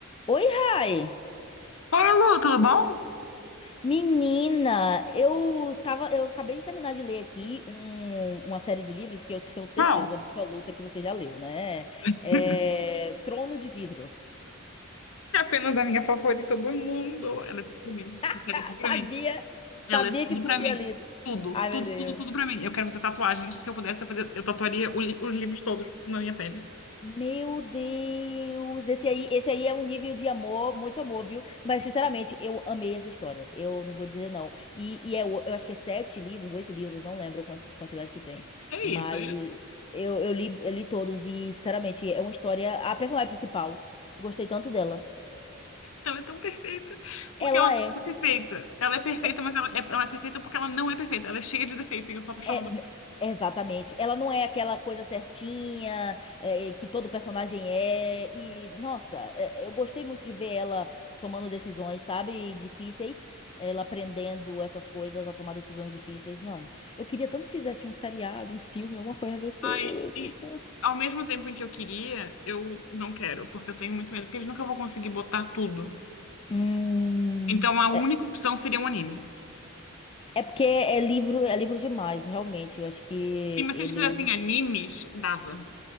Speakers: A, on the left (about 25°); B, on the left (about 70°).
A: Oi, Rai!
B: Oi, Lu, tudo bom?
A: Menina, eu tava, eu acabei de terminar de ler aqui um- uma série de livros que eu <laughs> tenho certeza
B: Qual?
A: absoluta que você já leu, né?
B: <laughs>
A: É, Trono de Vidro.
B: É apenas a minha favorita do mundo. Ela é tudo pra mim.
A: <laughs>
B: Ela é tudo pra
A: Sabia,
B: mim. Ela
A: sabia
B: é tudo
A: que tu
B: pra
A: tinha
B: mim.
A: lido.
B: Tudo,
A: Ai,
B: tudo,
A: meu Deus.
B: tudo, tudo pra mim. Eu quero fazer tatuagens. Se eu pudesse, eu, fazer, eu tatuaria o li- os livros todos na minha pele.
A: Meu Deus, esse aí, esse aí é um nível de amor, muito amor, viu? Mas, sinceramente, eu amei essa história. Eu não vou dizer não. E, e é, o- eu acho que é sete livros, oito livros, não lembro a quanti- quantidade que tem.
B: É
A: Mas
B: isso. é-
A: eu, eu li, eu li todos e, sinceramente, é uma história. A personagem principal, eu gostei tanto dela.
B: ela é tão perfeita. Porque
A: Ela
B: ela não
A: é.
B: é perfeita. Ela é perfeita,
A: é,
B: mas ela é, ela é perfeita porque ela não é perfeita. Ela é cheia de defeito e eu sou apaixonada.
A: É,
B: por-
A: exatamente. Ela não é aquela coisa certinha, é, é, que todo personagem é. E, nossa, é, é, eu gostei muito de ver ela tomando decisões, sabe, difíceis. Ela aprendendo essas coisas a tomar decisões difíceis. Não. Eu queria tanto que fizesse um seriado, um filme, alguma coisa desse.
B: ela. Ai,
A: desse-
B: e ao mesmo tempo em que eu queria, eu não quero. Porque eu tenho muito medo. Porque eles nunca vão conseguir botar tudo.
A: Hum.
B: Então a única
A: É,
B: opção seria um anime.
A: é porque é livro, é livro demais, realmente. Eu acho que
B: Sim, mas
A: ele.
B: se eles fizessem animes, dava.